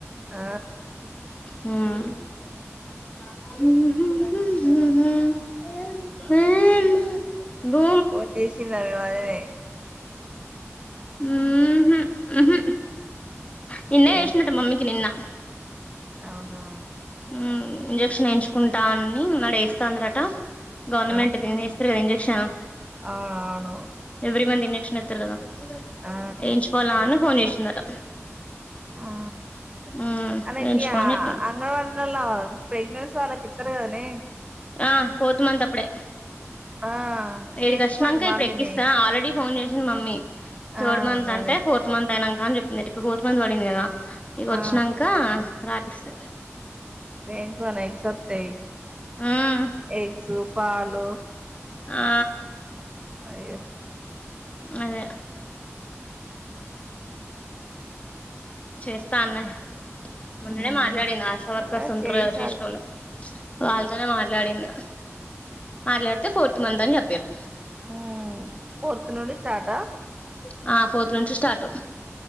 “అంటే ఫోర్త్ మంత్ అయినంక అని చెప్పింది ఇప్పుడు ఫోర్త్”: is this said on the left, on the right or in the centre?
Left